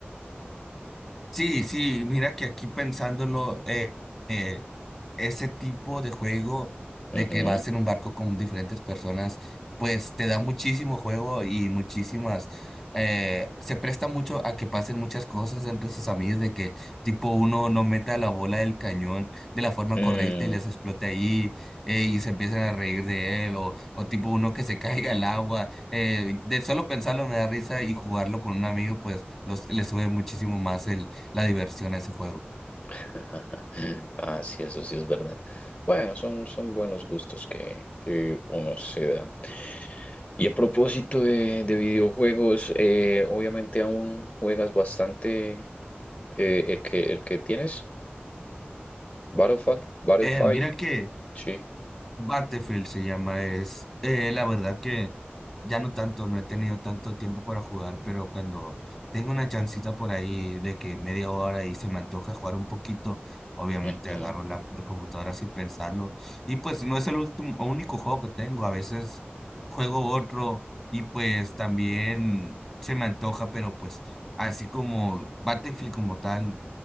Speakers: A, in the centre; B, on the left.
A: Sí, sí, mira que aquí pensándolo, eh, eh, ese tipo de juego
B: Ujú.
A: de que vas en un barco con diferentes personas, pues te da muchísimo juego y muchísimas, eh, se presta mucho a que pasen muchas cosas entre sus amigos, de que tipo uno no meta la bola del cañón de la forma
B: Mm,
A: correcta y les explote ahí eh, y se empiezan a reír de él, o, o tipo uno que se <laughs> caiga al agua, eh, de solo pensarlo me da risa y jugarlo con un amigo, pues los, le sube muchísimo más la diversión a ese juego.
B: <laughs> Ah, sí, eso sí es verdad. Bueno, son, son buenos gustos que, que uno se da. Y a propósito de, de videojuegos, eh, obviamente aún juegas bastante eh, el que, el que tienes, Battlefield, Battlefield,
A: Eh, mira que
B: sí.
A: Battlefield se llama, es eh, la verdad que ya no tanto, no he tenido tanto tiempo para jugar, pero cuando tengo una chancita por ahí de que media hora y se me antoja jugar un poquito, obviamente
B: Ujú,
A: agarro la, la computadora sin pensarlo. Y pues no es el último, único juego que tengo, a veces juego otro y pues también se me antoja, pero pues así como Battlefield como tal,